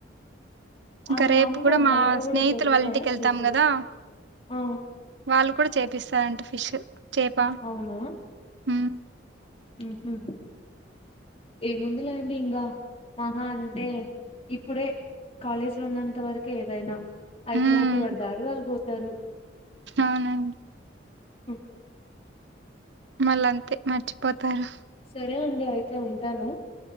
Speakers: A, on the right; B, on the left.
A: ఇంకా
B: అవి
A: రేపు
B: మామూలుగా
A: కూడా మా
B: బయట
A: స్నేహితులు
B: కూడా దొరుకుతాయా
A: వాళ్ళ ఇంటికి వెళ్తాం
B: చేపలు
A: కదా
B: ఆ
A: వాళ్ళు కూడా చేపిస్తారంటే ఫిష్ చేప
B: అవునా
A: ఉమ్
B: హ ఏముందిలేండి ఇంకా మహా అంటే ఇప్పుడే కాలేజీ లో ఉన్నంత వరకు ఏదైనా అయిపో
A: ఉమ్
B: నాక ఎవరు దారి వాళ్ళు పోతారు
A: అవునండి
B: స
A: మళ్ళ అంతే మర్చిపోతారు
B: సరే అండి అయితే ఉంటాను